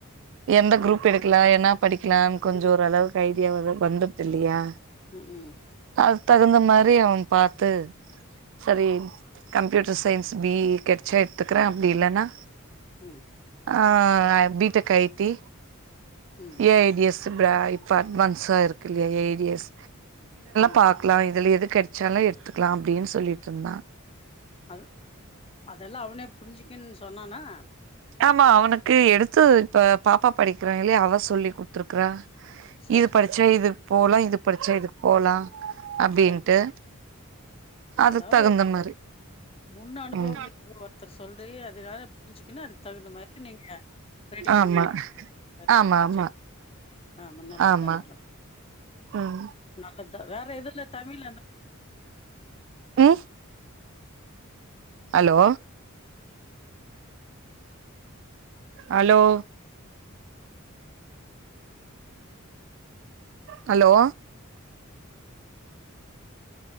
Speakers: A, on the right (about 60°); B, on the left (about 25°).
A: எந்த
B: ஆஹா
A: குரூப் எடுக்கலா என்ன படிக்கலாம்னு கொஞ்சம் ஒரு அளவுக்கு ஐடியா வ வந்துருது இல்லையா
B: ம் ம்
A: அது தகுந்த மாரி அவன் பாத்து சரி கம்ப்யூட்டர் சயின்ஸ் பி இ கிடச்சா எடுத்துக்கறேன் அப்டி இல்லன்னா
B: ம்
A: ஆ பீ டெக், ஐ டி,
B: ம்
A: ஏ ஜ டி எஸ். சுப்பா இப்ப அட்வான்ஸா இருக்கு இல்லையா ஏரியஸ்
B: ம்
A: பாக்லா இதுல எது கிடைச்சாலு எடுத்துக்கலா அப்படின்னு சொல்லிட்டு இருந்தா
B: அது அதெல்லாம் அவனே புரிஞ்சுக்குன்னு சொன்னானா
A: ஆமா அவனுக்கு எடுத்து இப்ப பாப்பா படிக்கிறா இல்லையா அவ சொல்லி குத்துருக்குறா
B: சர்
A: இது படிச்சா
B: சர்
A: இதுக்கு போலா இது படிச்சா இதுக்கு போலா அப்டின்ட்டு
B: சர்
A: அதுக்
B: அதாவது
A: தகுந்த மாரி
B: முன் அனுபவம்
A: ம்
B: இருக்க ஒருத்தர் சொல்றி அதனால புரிஞ்சுக்குன்னு அதுக் தகுந்த மாரி நீங்க ரெடி பண்ணிக்கிறீங்
A: ஆமா
B: சரியா
A: ஆமா
B: போச்சு
A: ஆமா
B: ஆமா நல்ல
A: ஆமா
B: தா நல்லது
A: ம்
B: நல்லது தா வேற எதுல தமிழ்ல என்ன
A: ம் hello hello hello